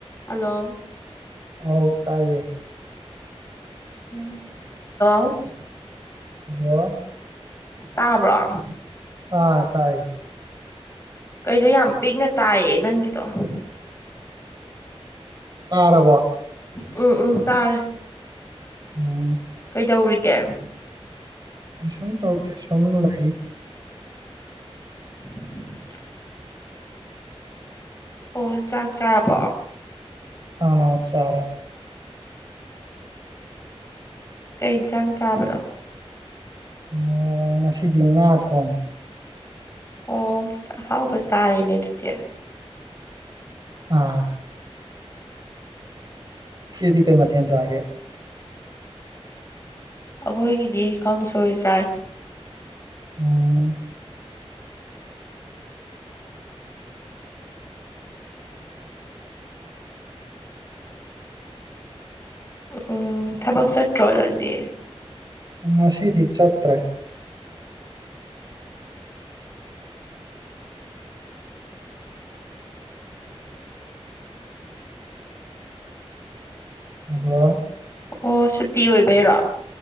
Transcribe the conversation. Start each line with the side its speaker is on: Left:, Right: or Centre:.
Left: hello
Right: ꯑꯣ ꯇꯥꯏꯌꯦ
Left: ꯝ ꯑ
Right: ꯑꯗꯣ
Left: ꯇꯥꯕ꯭ꯔꯣ
Right: ꯑꯥ ꯇꯥꯏ
Left: ꯀꯩꯅꯣ ꯌꯥꯝ ꯄꯤꯛꯅ ꯇꯥꯏꯌꯦ ꯅꯪꯒꯤꯗꯣ
Right: ꯇꯥꯔꯕꯣ
Left: ꯎꯝ ꯎꯝ ꯇꯥꯔꯦ
Right: ꯎꯝ
Left: ꯀꯩꯗꯧꯔꯤꯒꯦ
Right: ꯀꯁꯨꯡ ꯆꯥꯎ ꯀ ꯁ ꯂꯩꯥꯏ
Left: <inaudible> ꯑꯣ ꯆꯥꯛ ꯆꯥꯔꯕ
Right: ꯑꯅ ꯆꯔꯦ
Left: ꯀꯩ ꯌꯦꯟꯁꯥꯡ ꯆꯥꯕꯅꯣ
Right: ꯑꯣ ꯉꯁꯤꯗꯤ ꯉꯥ ꯊꯣꯡꯉ
Left: ꯑꯣꯥꯛꯍꯥꯎꯕ ꯆꯥꯔꯦꯅꯦ ꯑꯗꯨꯗꯤ
Right: ꯑ ꯁꯤꯗꯤ ꯀꯩ ꯃꯊ ꯆꯑꯒꯦ
Left: ꯑꯩꯈꯣꯏꯒꯤꯗꯤ ꯀꯥꯡꯁꯣꯏ ꯆꯥꯏ
Right: ꯑꯣ
Left: ꯎꯝ ꯊꯕꯛ ꯆꯠꯇꯔꯣ ꯅꯥꯪꯗꯤ
Right: ꯉꯥꯁꯤꯗꯤ ꯆꯠꯇ꯭ꯔꯦ ꯍꯜꯂꯣ
Left: ꯑꯣ ꯁꯨꯇꯤ ꯑꯣꯏꯕꯩꯔꯣ